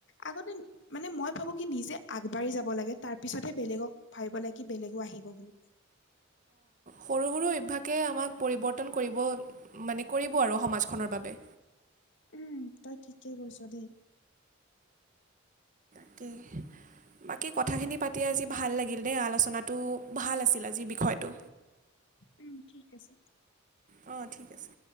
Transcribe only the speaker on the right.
সৰু-সৰু অভ্যাসে আমাক পৰিৱৰ্তন কৰিব মানে কৰিব আৰু সমাজখনৰ বাবে।
<unintelligible> বাকী কথাখিনি পাতি আজি ভাল লাগিল দেই আলোচনাত টো ভাল আছিল আজিৰ বিষয়টো।
অ, ঠিক আছে।